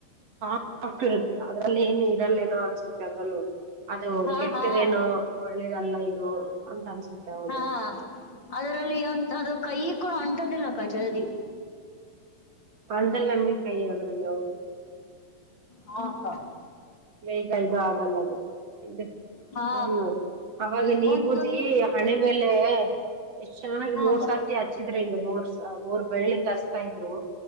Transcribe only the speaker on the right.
<unintelligible> ಅದ್ರಲ್ಲಿ ಏನು ಇರಲ್ಲೇನೋ ಅನ್ಸೆ ಅದ್ರಲ್ಲೂ ಅದು
ಕೆಟ್ಟದೇನು
ಒಳ್ಳೇದಲ್ಲ ಇದು ಅಂತ ಅನ್ಸುತ್ತೆ. ಹೌದು
ಅಂದಲ್ಲಮೀ ಕೈ ಅದ್ರಲ್ಲಿ ಹೌದು.
ಬೇಗ ಇದು ಆಗಲ್ಲದು ಇದ.
ಹ್ಮ್ ಅವಾಗಲಿ ವಿಭೂತಿ
ಹಣೆ ಮೇಲೆೆ. ಎಷ್ಟು ಚೆನ್ನಾಗಿ
<unintelligible>
ಹಚ್ಚಿದ್ರೆ ಹಿಂಗೆ ಮೂರ್ ಮೂರ್ ಬೆಳ್ಳಿಂದ ಹಚ್ತಾ ಇದ್ರು